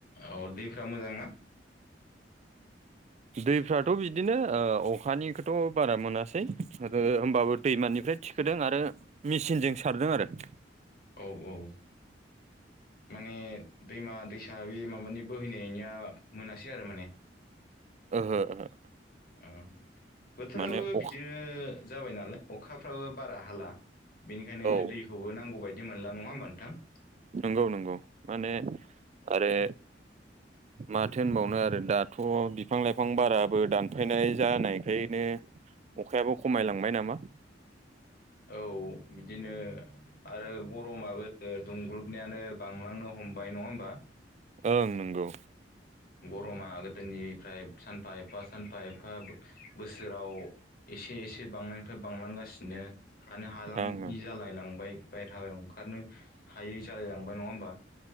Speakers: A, on the left (about 55°); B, on the right (about 40°).
A: औ दैफ मोजां ना
B: दैफ्राथ' बिदिनो अखानिखौथ' बारा मोनासै होनोमबाबो दैमानिफ्राय थिखोदों आरो मेचिनजों सारदों आरो
A: औ औ माने दैमा दैसा बे माबानि बोहैनायनिया मोनासै आरो माने
B: ओहो ओहो
A: औ बोथोराबो
B: माने अखा
A: बिदिनो जाबाय नालाय अखाफ्राबो बारा हाला बेनिखायनो
B: औ
A: दैखौबो नांगौ बायदि मोनला नङा होमबा नोंथां
B: नंगौ नंगौ माने आरो माथो होनबावनो आरो दाथ' बिफां लाइफां बाराबो दानफायनाय जानायखायनो अखायाबो खमायलांबाय नामा?
A: औ बिदिनो आरो गरमाबो दुंग्लुबनायानो बांलांनो हमबाय नङा होमबा?
B: ओं नोंगौ।
A: गरमा गोदोनिफ्राय सानफा एफा सानफा एफा बो-बोसोराव एसे एसे बांनायनिफ्राय बांलांगासिनो। थानो हालांङि
B: ओं ओं
A: जालायलांबाय बायह्रायाव ओंखारनो हायै जालायलांबाय नङा होमबा?